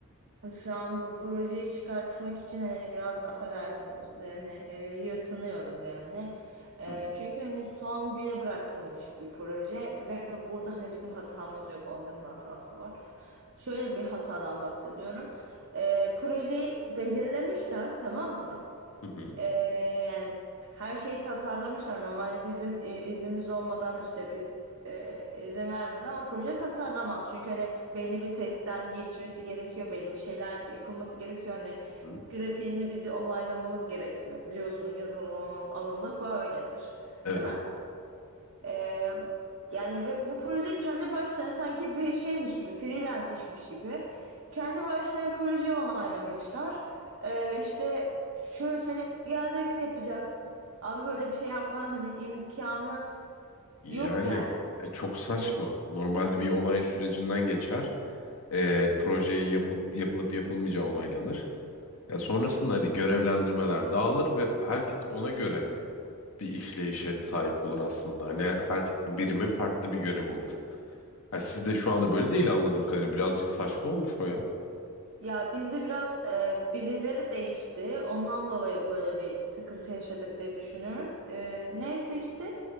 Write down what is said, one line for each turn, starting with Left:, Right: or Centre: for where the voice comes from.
Right: şu an bu projeyi çıkartmak için hani biraz affedersin yani e, yırtınıyoruz yani. Ee,
Left: Hı hı.
Right: çünkü hani son güne bırakılmış bir proje ve burada hani bizim hatamız yok onların hatası var. Şöyle bir hatadan bahsediyorum. Ee, projeyi belirlemişler, tamam mı?
Left: Hı hı.
Right: Ee, yani her şeyi tasarlamışlar. Normalde bizim e, iznimiz olmadan işte biz e, izin vermeden o proje tasarlamaz. Çünkü hani belli bir testten geçmesi gerekiyor, belli bir şeyler yapılması gerekiyor. Hani
Left: Hı hı.
Right: grafiğini bizi onaylamamız gerekiyor. Biliyorsun yazılım alan- alanında böyledir.
Left: Evet.
Right: Değil mi? Ee, yani ve bu proje kendi başlarına sanki bir şeymiş gibi, freelance işmiş gibi. Kendi başlarına projeyi onaylamışlar. Ee, işte şöyle söyleyip geleceksin yapacaksın. Abi böyle bir şey yapma hani imkanı
Left: Yani
Right: yok yani.
Left: e, çok saçma.
Right: Yok.
Left: Normalde bir onay sürecinden geçer. E, projeyi yapıp yapılıp yapılmayacağı onaylanır. E, sonrasında hani görevlendirmeler dağılır ve herkes ona göre bir işleyişe sahip olur aslında. Hani her birimin farklı bir görevi olur. Yani sizde şu anda böyle değil anladığım kadarıyla. Birazcık saçma olmuş o ya.
Right: Ya bizde biraz e, birileri değişti. Ondan dolayı böyle bir sıkıntı yaşadık diye düşünüyorum. Ee, neyse işte